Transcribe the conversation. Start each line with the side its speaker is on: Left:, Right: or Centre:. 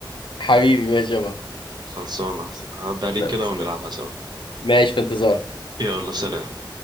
Left: حبيبي ماشي يا بطة
Right: خلصانة هعدي
Left: لا
Right: عليك كده
Left: بإذن
Right: ونلعبها
Left: الله
Right: سوا
Left: ماشي في انتظارك
Right: يلا سلام